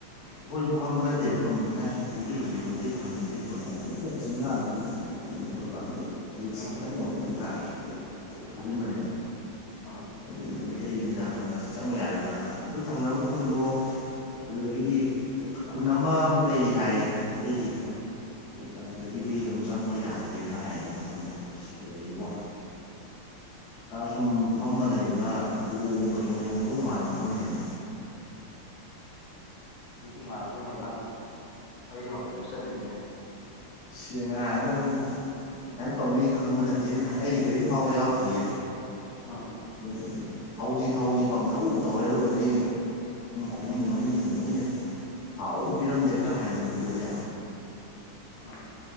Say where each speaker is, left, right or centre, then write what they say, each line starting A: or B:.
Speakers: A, on the left; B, on the left.
A: ꯑꯩꯈꯣꯏꯁꯨ ꯈꯪꯕ ꯅꯠꯇꯦꯕ ꯁꯨꯝ ꯑꯩꯅ ꯁꯨꯝ ꯊꯧꯖꯤꯜꯂꯨꯁꯤ ꯃꯩꯇꯩ ꯈꯨꯟ ꯃꯩꯇꯩ ꯈꯨꯟ ꯍꯥꯏ <unintelligible> ꯑꯣꯏꯕ ꯔꯤꯛꯁ
B: ꯎꯝ
A: ꯈꯤꯇꯪ ꯃꯅꯨꯡꯗ ꯐꯖꯤꯟꯕꯅꯦꯕ
B: ꯎꯝ
A: ꯍꯥꯏꯗꯤ ꯃꯩꯇꯩꯉꯩꯗ ꯍꯪꯉꯒ ꯁꯤ ꯆꯪꯕ ꯌꯥꯔꯤꯕ꯭ꯔꯥꯅ ꯑꯗꯨ ꯊꯪꯅꯕ ꯈꯨꯟꯗꯣ ꯑꯗꯨꯗꯒꯤꯗꯤ ꯈꯨꯟ ꯑꯃꯃꯨꯛ ꯂꯩꯔꯤ ꯍꯥꯏꯌꯦ ꯃꯩꯇꯩꯒꯤ
B: ꯎꯝ
A: ꯑꯗꯨꯗꯒꯤꯗꯤ ꯑꯗꯨꯝ ꯆꯪꯕ ꯌꯥꯗ꯭ꯔꯦꯅ ꯍꯥꯏꯌꯦ ꯃꯐꯝꯗꯣ ꯑꯗꯨꯗꯩ ꯋꯥ ꯁꯨꯝ ꯐꯝꯃ ꯂꯩꯕꯗ ꯂꯣꯡꯕ ꯆꯣꯡꯊꯣꯡ ꯇꯣꯡ ꯃꯥ ꯐꯃꯦꯅꯦ
B: ꯅꯨꯡꯉꯥꯏꯕ ꯃꯐꯝꯗ ꯅꯪ ꯑꯩ ꯍꯧꯔꯝꯗꯕꯤ ꯆꯠꯂꯤꯅꯤꯅ
A: ꯁꯦ ꯉꯥꯏ ꯑꯗꯨ ꯑꯗꯨꯃꯥꯏꯅ ꯇꯧꯅꯤ ꯈꯪꯕ ꯅꯠꯇꯦꯅꯦ ꯑꯩꯗꯤ ꯒꯥꯔꯤ ꯊꯥꯎꯕ ꯌꯥꯎꯈꯤꯌꯦ
B: ꯎꯝ
A: ꯍꯣ ꯊꯧꯁꯤ ꯊꯧꯁꯤ ꯄꯥꯡꯊꯧ ꯊꯧꯔꯦ ꯑꯗꯨꯒꯗꯤ ꯑꯍꯨꯝ ꯃꯔꯤ ꯊꯦꯡꯅꯩꯅꯦ ꯊꯥꯎ ꯑꯝ ꯄꯤꯔꯝꯗꯦ ꯈꯔ ꯍꯥꯏꯊꯒꯤꯕꯗꯗꯤ
B: ꯎꯝ